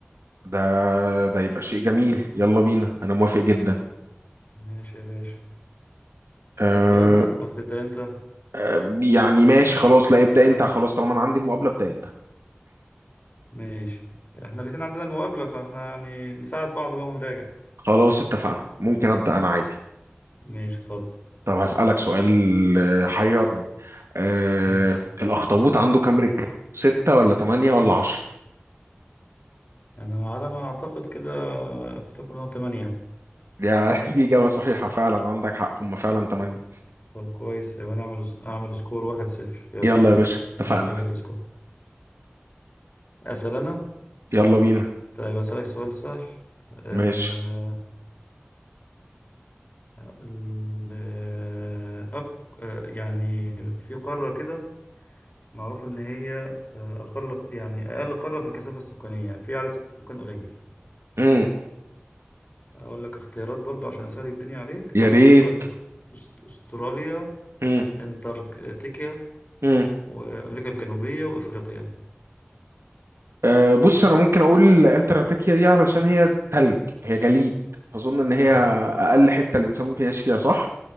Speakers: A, on the right; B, on the left.
A: ده ده يبقى شيء جميل يلا بينا انا موافق جدا
B: ماشي يا باشا
A: آه
B: أبدأ أنا ولا تبدأ أنت
A: آه، يعني ماشي خلاص لا ابدا انت خلاص طالما انا عندي المقابله ابدا انت
B: ماشي احنا الاتنين عندنا المقابلة فاحنا يعني نساعد بعض بقى ونراجع
A: خلاص اتفقنا ممكن ابدا انا عادي
B: ماشي اتفضل
A: طب هسألك سؤال آه، حيرني آه،
B: مم.
A: الأخطبوط عنده كام رجل؟ ستة ولا تمانية ولا عشرة؟
B: أنا على ما أعتقد كده أفتكر إنه تمانية
A: يا <laughs> دي إجابة صحيحة فعلا عندك حق هما فعلا تمانية
B: طب كويس يبقى نعمل أعمل سكور واحد صفر يلا
A: يلا يا باشا
B: نسجل
A: اتفقنا
B: السكور أسأل أنا
A: يلا بينا
B: طيب أسألك سؤال سهل آه
A: ماشي
B: الأب آه يعني في قارة كده معروف إن هي آه أقل يعني أقل قارة في الكثافة السكانية يعني في عدد سكان قليل
A: مم.
B: أقول لك اختيارات برضو عشان أسهل الدنيا عليك
A: يا
B: آه
A: ريت
B: في قارة أست- أست- أستراليا
A: مم.
B: أنتاركتيكا
A: مم.
B: وأمريكا الجنوبية وإفريقيا
A: أه بص أنا ممكن أقول انتراتاكيا دي علشان هي تلج هي جليد فأظن إن هي
B: صح
A: أقل حتة الإنسان ممكن يعيش فيها صح؟